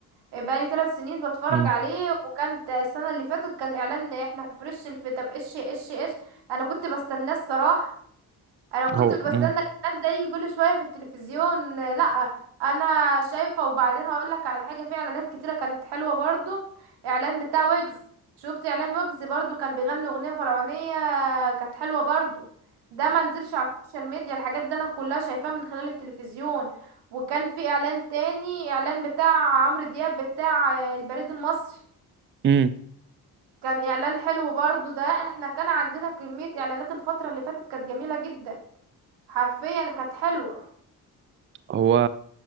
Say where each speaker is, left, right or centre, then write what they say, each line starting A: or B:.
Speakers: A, on the right; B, on the right.
A: آه، بقالي ثلاث سنين بتفرج
B: امم
A: عليه وكانت السنة اللي فاتت كان اعلان احنا فريش الفتى ايش ايش ايش انا كنت بستناه الصراحة انا كنت
B: هو امم
A: بستنى الاعلان ده يجي كل شويه في التلفزيون لا انا شايفه وبعدين هقول لك على حاجه في اعلانات كتيره كانت حلوه برضو اعلان بتاع ويجز شفت اعلان ويجز برضو كان بيغني اغنيه فرعونيه كانت حلوه برضو ده ما نزلش على السوشيال ميديا الحاجات دي انا كلها شايفاها من خلال التلفزيون وكان في اعلان تاني اعلان بتاع عمرو دياب بتاع آه، البريد المصري
B: امم
A: كان اعلان حلو برضو ده احنا كان عندنا كميه اعلانات الفتره اللي فاتت كانت جميله جدا حرفيا كانت حلوة
B: هو